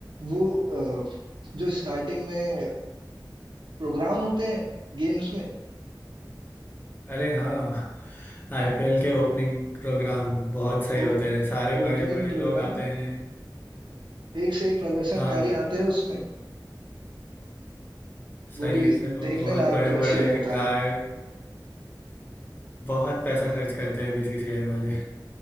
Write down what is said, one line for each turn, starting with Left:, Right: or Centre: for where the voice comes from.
Right: वो अ, जो स्टार्टिंग में प्रोग्राम होते हैं गेम्स में
Left: अरे हाँ आईपीएल के ओपनिंग प्रोग्राम बहुत सही
Right: वो
Left: होते हैं सारे
Right: ओपनिंग
Left: बड़े बड़े
Right: प्रोग्राम
Left: लोग आते हैं
Right: एक से एक प्रदर्शनकारी
Left: हाँ
Right: आते हैं उसमें
Left: सही
Right: वो भी
Left: है सर वो
Right: देखने
Left: बहुत
Right: लायक
Left: बड़े
Right: दृश्य
Left: बड़े
Right: रहता
Left: गाय
Right: है।
Left: बहुत पैसा खर्च करते हैं बीसीसीआई वाले